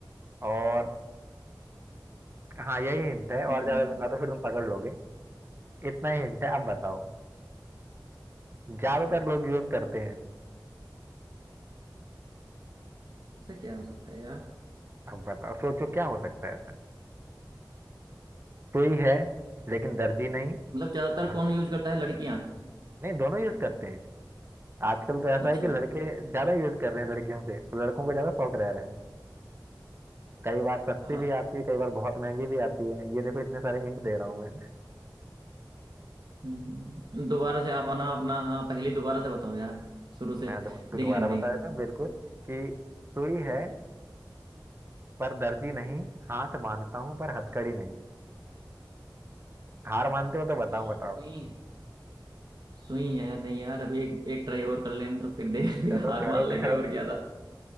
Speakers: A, on the right; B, on the right.
A: और हाँ यही हिंट है और
B: हम्म
A: ज्यादा दूंगा तो फिर तुम पकड़ लोगे इतना ही हिंट है अब बताओ ज्यादातर लोग यूज करते हैं
B: ऐसा क्या हो सकता है यार
A: अब बताओ सोचो क्या हो सकता है ऐसा सुई है लेकिन दर्जी नहीं
B: मतलब ज्यादातर
A: हाँ
B: कौन यूज करता है लड़कियां
A: नहीं दोनों यूज करते हैं आजकल तो ऐसा
B: अच्छा
A: है कि लड़के ज्यादा यूज कर रहे हैं लड़कियों से लड़कों को ज्यादा शौक रह रहे हैं कई बार सस्ती
B: हा-
A: भी आती है कई बार बहुत महंगी भी आती है ये देखो इतने सारे हिंट दे रहा हूँ मैं
B: हम्म, दोबारा से आप आना अपना हाँ, पहले दोबारा से बताओ यार शुरू से
A: मैं दो- दो-
B: देखने
A: दोबारा
B: पड़ेंगे
A: बता देता हूँ बिल्कुल कि सुई है पर दर्जी नहीं हाथ बांधता हूँ पर हथकड़ी नहीं हार मानते हो तो बताओ
B: सुई
A: बताओ
B: है सुई है नहीं यार अभी एक, एक ट्राई और कर लेने तो फिर देख
A: चलो
B: <laughs> फिर हार
A: करो
B: मान लेंगे
A: करो
B: और क्या था